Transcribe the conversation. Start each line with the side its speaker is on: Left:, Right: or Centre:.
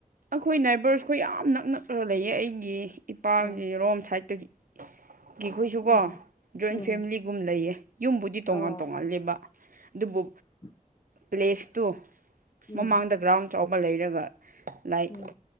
Right: ꯑꯩꯈꯣꯏ ꯅꯥꯏꯕꯔꯁꯈꯣꯏ ꯌꯥꯝ ꯅꯛꯅꯛꯅ ꯂꯩꯌꯦ ꯑꯩꯒꯤ ꯏꯄꯥꯒꯤ
Left: ꯎꯝ
Right: ꯔꯣꯝ ꯁꯥꯏꯠꯇꯒꯤ ꯑꯩꯈꯣꯏꯁꯨꯀꯣ
Left: ꯎꯝ
Right: ꯖꯣꯏꯟ
Left: ꯎꯝ
Right: ꯐꯦꯃꯤꯂꯤꯒꯨꯝ ꯂꯩꯌꯦ ꯌꯨꯝꯕꯨꯗꯤ ꯇꯣꯉꯥꯟ
Left: ꯑꯣ
Right: ꯇꯣꯉꯥꯂꯦꯕ ꯑꯗꯨꯕꯨ
Left: <unintelligible> <inaudible>
Right: ꯄ꯭ꯂꯦꯁꯇꯨ
Left: ꯎꯝ
Right: ꯃꯃꯥꯡꯗ ꯒ꯭ꯔꯥꯎꯟ ꯆꯥꯎꯕ ꯂꯩꯔꯒ ꯂꯥꯏꯛ
Left: ꯎꯝ